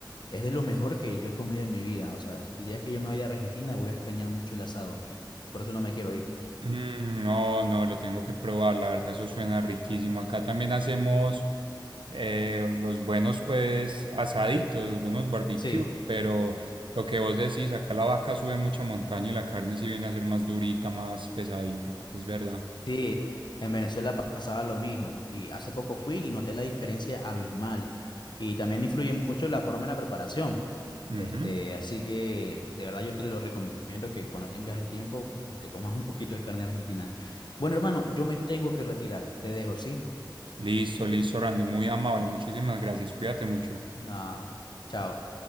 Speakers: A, on the left; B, on the right.
A: es de lo mejor que yo he comido en mi vida. O sea, el día que yo me vaya a Argentina voy a extrañar mucho el asado y por eso no me quiero ir.
B: Mm, No, no, lo tengo que probar, la verdad, eso suena riquísimo. Acá también hacemos eh, los buenos, pues, asaditos, los buenos barbecues,
A: Sí,
B: pero lo que vos decís, acá la vaca sube mucha montaña y la carne sí viene a ser más durita, más pesadita, es verdad.
A: sí, en Venezuela pa- pasaba lo mismo y hace poco fui y noté la diferencia abismal y también influye mucho la forma de la preparación.
B: Ujú.
A: Este, así que de verdad yo te lo recomiendo que cuando tengas el tiempo, este, comas un poquito de carne argentina. Bueno, hermano, yo me tengo que retirar. Te dejo, ¿sí?
B: Listo, listo, Randy, muy amable, muchísimas gracias, cuídate mucho.
A: nada, chao.